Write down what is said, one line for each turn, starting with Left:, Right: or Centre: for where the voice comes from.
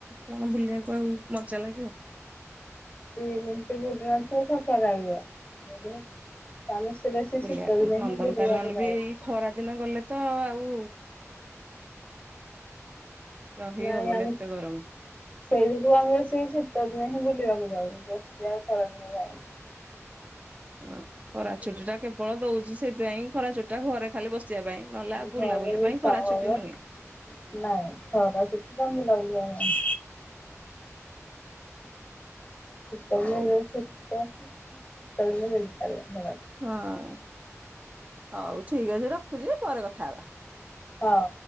Right: କଣ ବୁଲିବାକୁ ଆଉ ମଜା ଲାଗିବ?
Left: <unintelligible> ସମସ୍ତେ ବେଶୀ
Right: ବୁଲିବାକୁ
Left: ଶୀତ ଦିନେ
Right: ନନ୍ଦନକାନନ
Left: ହିଁ ବୁଲିବାକୁ ଯାଉ।
Right: ବି ଏଇ ଖରା ଦିନ ଗଲେ ତ ଆଉ ରହି
Left: ନାଇଁ
Right: ହବନି
Left: ଆମେ
Right: ଏତେ ଗରମ।
Left: ସେଇ ଯକୁୁ ଆମେ ସେଇ ଶୀତ ଦିନେ ହିଁ ବୁଲିବାକୁ ଯାଉ ବ ଯାଉ ଖରାଦିନେ ଯାଉନୁ।
Right: ହଁ ଖରା ଚୁଟି ଟା କେବଳ ଦଉଛି ସେଥିପାଇଁ ଖରାଚୁଟି ଟା ଘରେ ଖାଲି ବ ପଞ୍ଚିବା ପାଇଁ ନଲେ ଆଉ ବୁଲା
Left: ଘରେ
Right: ବୁଲି
Left: ବି
Right: ପାଇଁ
Left: ଶାବଳ
Right: ଖରା ଛୁଟି ନୁହେଁ।
Left: ନାଇଁ ଥର ସେଠି ତ ବୁଲା ବୁଲିିବା ନାହି। ଶୀତ
Right: ହଉ
Left: ଦିନେ ଯୋଉ ଶୀତ ଶୀତଦିନେ ବୁଲିପାରବନି ଖରାଦିନେ।
Right: ହଁ ହଉ ଠିକ୍ ଅଛି ରଖୁଛି ପରେ କଥା ହବା।
Left: ହଁ।